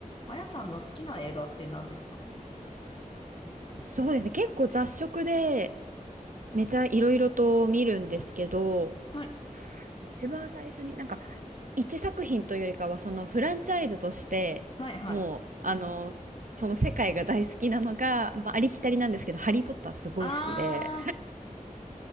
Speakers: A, on the left (about 40°); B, on the right (about 70°).
A: あやさんの好きな映画って何ですか
B: そうですね。結構雑食で、めちゃいろいろと見るんですけど、
A: はい。
B: 一番最初になんか、一作品というよりかは、そのフランチャイズとして、
A: はいはい。
B: もう、あの、その世界が大好きなのが、まあ、ありきたりなんですけど、ハリー・ポッターすごい好きで、
A: あ